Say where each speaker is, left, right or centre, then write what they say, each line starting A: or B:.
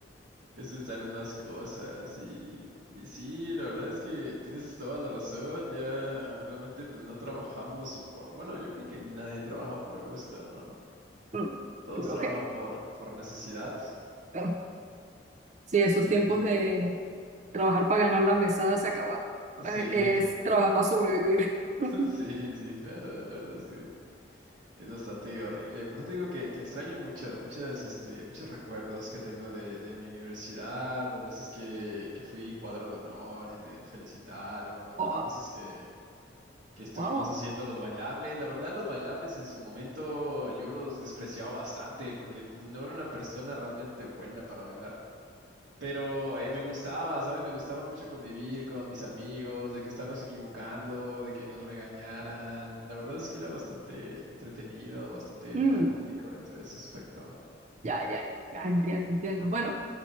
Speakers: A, on the right; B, on the right.
A: Es pensar en más cosas y, y sí, la verdad es que tienes toda la razón. Ya realmente pues no trabajamos por, bueno, yo creo que nadie trabaja por gusto, ¿no?
B: Mm,
A: Todos
B: Creo
A: trabajan
B: que
A: por, por necesidad
B: eh, sí, esos
A: y
B: tiempos de trabajar para ganar la mesada se acabaron. Ahora
A: sí,
B: es trabajar para sobrevivir.
A: <laughs>
B: <laughs>
A: sí, sí, claro, la verdad es que Es bastante horrible. Por te digo que, que extraño mucho, muchas, este, muchos recuerdos que tengo de, de mi universidad, las veces que, que fui cuadro de honor y me felicitaron,
B: Wow,
A: las veces que, que estuvimos
B: wow.
A: haciendo los bailables. La verdad, los bailables en su momento yo los despreciaba bastante porque pues, no era una persona realmente buena para bailar. Pero eh, me gustaba, ¿sabes? Me gustaba mucho convivir con mis amigos, de que estarnos equivocando, de que nos regañaran. La verdad es que era bastante entretenido, bastante
B: Mm,
A: melancólico dentro de ese aspecto.
B: ya, ya, ya, ya entiendo, entiendo. Bueno.